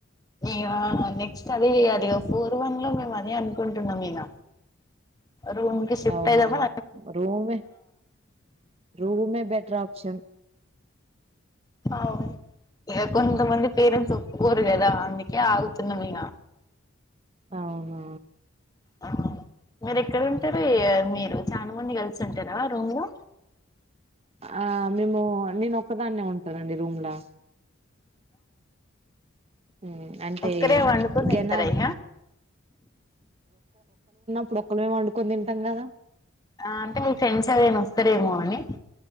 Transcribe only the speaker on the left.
ఇ నెక్స్ట్ అదే చెయాలి ఫోర్ వన్ లో మేము అదే అనుకుంటున్నాం ఈన రూమ్ ిఫ్ట్
అయిదామ్మా
అవు ఇక కొంతమంది పేరెంట్స్ ఒప్పుకోరు కదా అందుకే ఆగుతున్న మీద
అ మీరు ఎక్కడ ఉంటారు మీరు చాలా మంది కలిసి ఉంటారా రూమ్ లో
ఒక్కరే వండుకొని తింటారా
ఇగ
ఆ అంటే మీ ఫ్రెండ్స్ ఎవరైనా వస్తారేమో అని